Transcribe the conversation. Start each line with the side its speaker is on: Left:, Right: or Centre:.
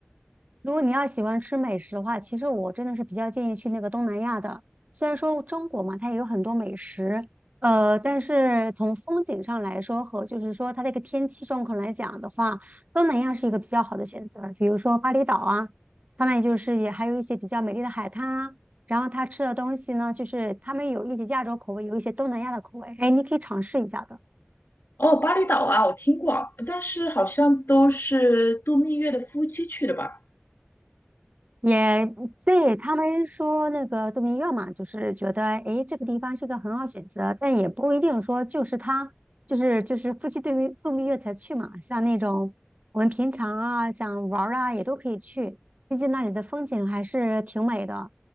Right: 如果你要喜欢吃美食的话，其实我真的是比较建议去那个东南亚的。虽然说中国嘛，它也有很多美食，呃，但是从风景上来说和就是说它这个天气状况来讲的话，东南亚是一个比较好的选择。比如说巴厘岛啊，它那里就是也还有一些比较美丽的海滩啊。然后它吃的东西呢，就是他们有一些亚洲口味，有一些东南亚的口味，哎，你可以尝试一下的。
Left: 哦，巴厘岛啊，我听过，但是好像都是度蜜月的夫妻去的吧？
Right: 也对他们说那个度蜜月嘛，就是觉得诶这个地方是个很好选择，但也不一定说就是他就是就是夫妻对蜜度蜜月才去嘛。像那种我们平常啊想玩儿啊也都可以去，毕竟那里的风景还是挺美的。